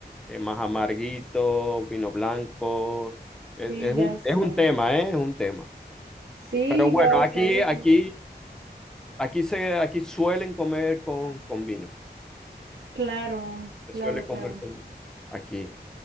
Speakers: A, in the centre; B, on the right (about 80°).
A: eh, más amarguito, vino blanco. Es,
B: sí,
A: es un,
B: ya sé.
A: es un tema, ¿eh? Es un tema.
B: Sí,
A: Pero bueno,
B: ya
A: aquí,
B: sé,
A: aquí,
B: sí.
A: aquí se, aquí suelen comer con, con vino.
B: Claro,
A: se
B: claro,
A: suele comer
B: claro.
A: con- aquí.